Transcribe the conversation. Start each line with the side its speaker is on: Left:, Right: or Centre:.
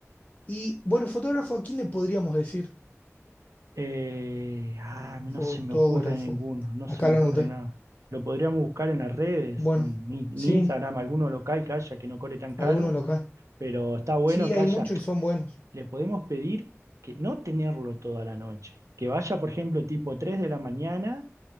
Left: Y, bueno, fotógrafo, ¿a quién le podríamos decir?
Right: Eh, ah, a mí
Left: Fotógrafo.
Right: no se me ocurre ninguno, no se
Left: Acá
Right: me
Left: lo
Right: ocurre
Left: noté.
Right: nada. Lo podríamos buscar en las redes,
Left: Bueno,
Right: en, i- en
Left: sí,
Right: Instagram, alguno local que haya que no cobre tan caro,
Left: algunos local.
Right: pero está bueno
Left: Sí,
Right: que
Left: hay
Right: haya.
Left: muchos y son buenos,
Right: Le podemos pedir que no tenerlo toda la noche, que vaya, por ejemplo, tipo 3 de la mañana